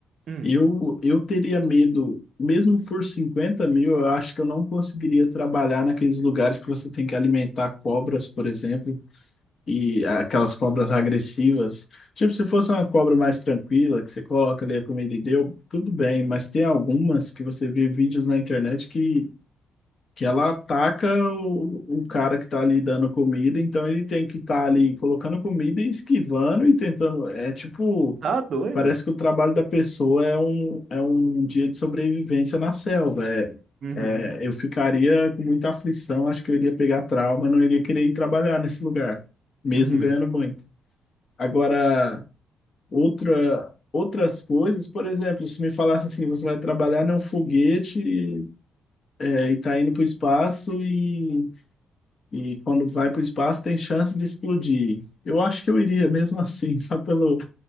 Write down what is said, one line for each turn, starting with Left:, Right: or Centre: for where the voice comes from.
Right: Hum,
Left: Eu, eu teria medo, mesmo por 50 mil, eu acho que eu não conseguiria trabalhar naqueles lugares que você tem que alimentar cobras, por exemplo, e aquelas cobras agressivas. Tipo, se fosse uma cobra mais tranquila, que você coloca ali a comida e deu, tudo bem, mas tem algumas que você vê vídeos na internet que, que ela ataca o, o cara que tá ali dando comida, então ele tem que estar ali colocando comida e esquivando e tentando. É tipo.
Right: tá doido?
Left: Parece que o trabalho da pessoa é um, é um dia de sobrevivência na selva. É,
Right: Uhum,
Left: é, eu ficaria com muita aflição, acho que eu iria pegar trauma, não iria querer ir trabalhar nesse lugar, mesmo
Right: uhum.
Left: ganhando muito. Agora, outra, outras coisas, por exemplo, se me falasse assim, você vai trabalhar num foguete é, e tá indo para o espaço e, e quando vai para o espaço tem chance de explodir. Eu acho que eu iria mesmo assim, <laughs> só pelo